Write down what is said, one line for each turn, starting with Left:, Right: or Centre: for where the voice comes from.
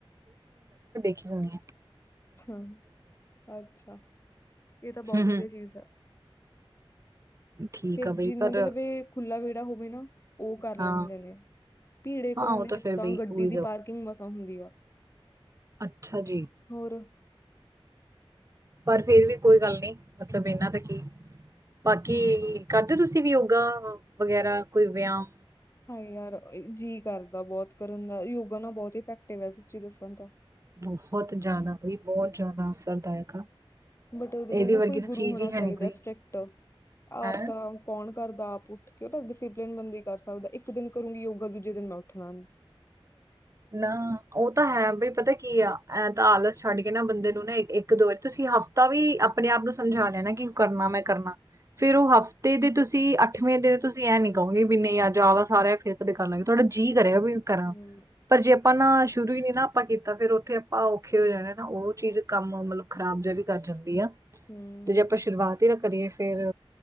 Right: ਖੀ ਜ ਨੇ
Left: ਹਮ ਅੱਛਾ ਇਹ ਤਾਂ ਬਹੁਤ
Right: ਹੂੰ,
Left: ਵਧੀਆ
Right: ਹੂੰ,
Left: ਚੀਜ਼ ਹੈ
Right: ਠੀਕ
Left: ਫੇਿਰ
Right: ਆ
Left: ਜਿਹਨਾਂ
Right: ਬਈ ਪਰ
Left: ਦੇ ਲ ਖੁਾ ਵਿਹੜਾ ਹੋਵੇ ਨਾ ਉਹ ਕਰ
Right: ਹਾਂ,
Left: ਲੈਂਦੇ ਨੇ ਭੀੜੇ
Right: ਹਾਂ
Left: ਘਰਾਂ
Right: ਉਹ
Left: ਦੇ ਵਿੱਚ
Right: ਫਿਰ
Left: ਤਾਂ
Right: ਬਈ
Left: ਗੱਡੀ
Right: ਹੋ ਈ
Left: ਦੀ
Right: ਜਾਊ।
Left: ਪਾਰਕਿੰਗ ਮਸਾਂ ਹੁੰਦੀ ਆ
Right: ਅੱਛਾ ਜੀ
Left: ਹੋਰ
Right: ਪਰ ਫੇਿਰ ਵੀ ਕੋਈ ਗੱਲ ਨਹੀਂੀ ਮਤਲਬ ਇਹਨਾਂ ਦਾ ਕੀ ਬਾਕੀ ਕਰਦੇ ਤੁਸੀਂ ਵੀ ਉਹਗਾ ਵਗੈਰਾ ਕੋਈ ਵਿਆਹ
Left: ਹਾਂ ਯਾਰ ਜੀ ਕਰਦਾ ਬਹੁਤ ਕਰਨ ਦਾ ਯੋਗਾ ਨਾ ਬਹੁਤ ਇਫੈਕਟਿਵ ਹੈ ਸੱਚੀ ਦੱਸਣ ਤਾਂ
Right: ਬਹੁਤ ਜਿਆਦਾ ਬਾਈ ਬਹੁਤ ਜ਼ਿਆਦਾ ਅਸਰਦਾਇਕ ਆ
Left: ਬਟ ਉਹਦੇ
Right: ਇਹਦੇ
Left: ਲਈ ਨਾ
Right: ਵਰਗੀ
Left: ਕੋਈ
Right: ਤਾਂ
Left: ਗੁਰੂ
Right: ਚੀਜ਼
Left: ਹੋਣਾ
Right: ਹੀ ਹੈ
Left: ਚਾਹੀਦਾ
Right: ਨਹੀਂ ਕੋਈ
Left: ਸਟ੍ਰਿਕਟ ਆਪ
Right: ਹੈ
Left: ਤਾਂ ਕੌਣ ਕਰਦਾ ਆਪ ਉੱਠ ਕੇ ਤੁਹਾਡੇ ਸ ਬੰਦੇ ਕਰ ਸਕਦਾ ਇੱਕ ਦਿਨ ਕਰੂੰਗੀ ਯੋਗਾ ਦੂਜੇ ਦਿਨ ਮੈਂ ਉੱਠਣਾ
Right: ਨਾ ਉਹ ਤਾਂ ਹੈ ਬਈ ਪਤਾ ਕੀ ਆ ਐਂ ਤਾਂ ਆਲਸ ਛੱਡ ਨਾ ਬੰਦੇ ਨੂੰ ਨਾ ਇੱਕ ਦੋ ਵਾਰੀ ਤੁਸੀਂ ਹਫ਼ਤਾ ਵੀ ਆਪਣੇ ਆਪ ਨੂੰ ਸਮਝਾ ਲਿਆ ਨਾ ਕਿ ਕਰਨਾ ਮੈਂ ਕਰਨਾ ਫਿਰ ਉਹ ਹਫ਼ਤੇ ਦੇ ਤੁਸੀਂ ਅੱਠਵੇਂ ਦੇ ਤੁਸੀਂ ਐਂ ਨੀ ਕਹੋਗੇ ਵੀ ਨਹੀਂ ਅੱਜ ਆਦਾ ਸਾਰਾ ਫਿਰ ਦਿਕਣ ਲੱਗੇ ਤੁਹਾਡਾ ਜੀਅ ਕਰਿਆ ਵੀ ਕਰਾਂ
Left: ਹੂੰ
Right: ਪਰ ਜੇ ਆਪਾਂ ਨਾ ਸ਼ੁਰੂ ਹੀ ਨੀ ਨਾ ਆਪਾਂ ਕੀਤਾ ਫਿਰ ਉੱਥੇ ਆਪਾਂ ਔਖੇ ਹੋ ਜਾਣੇ ਨਾ ਉਹ ਚੀਜ਼ ਕੰਮ ਮਤਲਬ ਖਰਾਬ ਵੀ ਕਰ ਜਾਂਦੀ ਆ
Left: ਹੂੰ
Right: ਤੇ ਜੇ ਆਪਾਂ ਸ਼ੁਰੂਆਤੀ ਹੀ ਤਾਂ ਕਰੀਏ ਫਿਰ